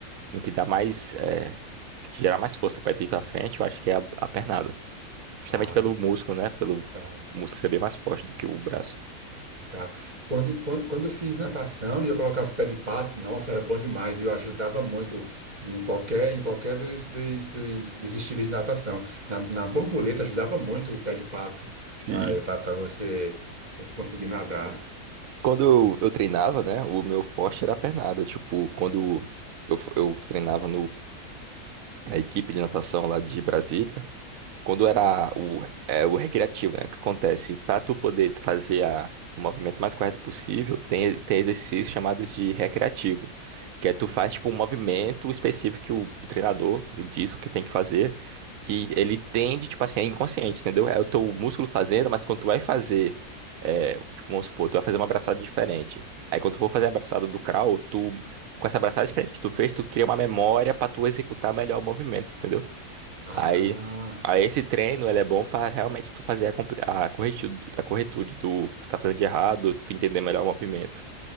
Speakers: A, on the right; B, on the right.
A: no que dá mais, é, que gerar mais força pra tu ir pra frente, eu acho que é a, a pernada. Justamente
B: Ah,
A: pelo músculo, né? Pelo
B: tá,
A: músculo ser bem mais forte do que o braço.
B: tá. Quando, quando, quando eu fiz natação e eu colocava o pé de pato, nossa, era bom demais e eu ajudava muito em qualquer, em qualquer dos, dos, dos, dos estilos de natação. Na, na borboleta ajudava muito o pé de pato
A: Sim.
B: para você conseguir nadar.
A: Quando eu, eu treinava, né? O meu forte era a pernada. Tipo, quando eu, f- eu treinava na equipe de natação lá de Brasília. Quando era o, é, o recreativo, né? O que acontece? Para tu poder fazer a- o movimento mais correto possível, tem, tem exercício chamado de recreativo, que é tu
B: Uhum.
A: faz tipo um movimento específico que o, o treinador diz o que tem que fazer, que ele tende, tipo assim, é inconsciente, entendeu? É o teu músculo fazendo, mas quando tu vai fazer, é, tipo, vamos supor, tu vai fazer uma abraçada diferente. Aí quando tu for fazer a abraçada do crawl, tu, com essa abraçada diferente que tu fez, tu cria uma memória para tu executar melhor o movimento, entendeu?
B: Ah.
A: Aí, aí esse treino, ele é bom pra realmente tu fazer a, compre- a corretu- a corretude do que tu tá fazendo de errado, tu entender melhor o movimento.